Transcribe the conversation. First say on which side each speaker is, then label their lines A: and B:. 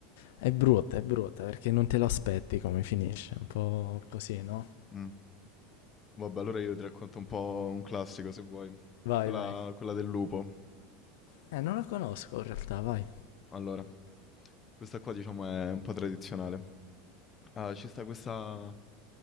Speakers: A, on the left; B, on the left.
A: è brutta, è brutta, perché non te lo aspetti come finisce, un po' così, no?
B: mm. Vabbè, allora io ti racconto un po' un classico se vuoi.
A: Vai,
B: Quella,
A: vai.
B: quella del lupo.
A: Eh, non la conosco in realtà, vai.
B: Allora, questa qua diciamo è un po' tradizionale. Ah, ci sta questa,